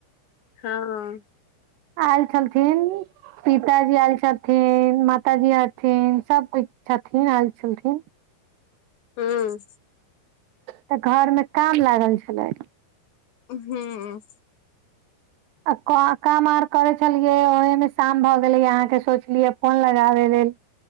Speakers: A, on the left; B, on the right.
A: हँ।
B: आयल छलखिन। पिताजी आयल छथिन माताजी अथिन सब किछु छथिन आयल छथिन।
A: हूँ।
B: तऽ घर मे काम लागल छलै।
A: हूँ‌‌ हूं।
B: आ काम आर करै छलियै ओहिमे शाम भऽ गेलै अहाँके सोचलियै फोन लगाबै लेल।